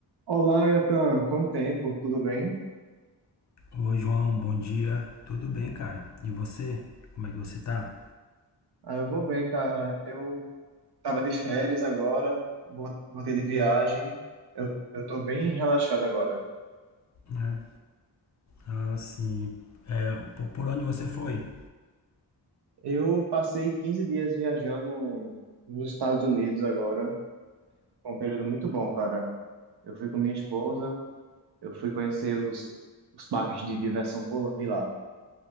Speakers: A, on the right; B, on the left.
A: Olá, Yatan. Quanto tempo? Tudo bem?
B: Oi, João, bom dia. Tudo bem, cara? E você? Como é que você tá?
A: Ah, eu vou bem, cara. Eu tava de férias agora, vol- voltei de viagem. Eu, eu tô bem relaxado agora.
B: É. Ah, sim. É, po- por onde você foi?
A: Eu passei quinze dias viajando nos Estados Unidos agora. Foi um período muito bom, cara. Eu fui com minha esposa, eu fui conhecer os, os parques de diversão por lá- de lá.